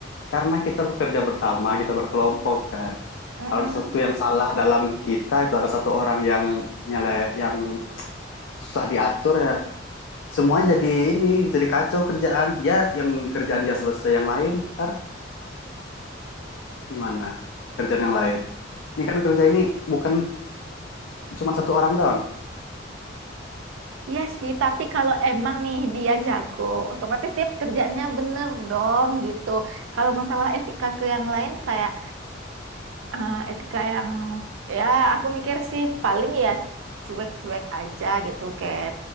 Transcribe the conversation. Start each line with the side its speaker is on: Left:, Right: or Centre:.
Left: Karena kita bekerja bersama, kita berkelompok kan.
Right: mm
Left: Kalau ada satu yang salah dalam kita, itu ada satu orang yang nyele, yang susah diatur ya, semua jadi ini, jadi kacau kerjaan. Ya, yang kerjaan dia selesai, yang lain ntar gimana? Kerjaan yang lain. Ini kan kerja ini bukan cuma satu orang doang.
Right: Iya sih, tapi kalau emang nih dia jago, otomatis dia pekerjaannya bener dong gitu. Kalau masalah etika ke yang lain kayak eh, etika yang ya aku mikir sih paling ya cuek-cuek aja gitu kayak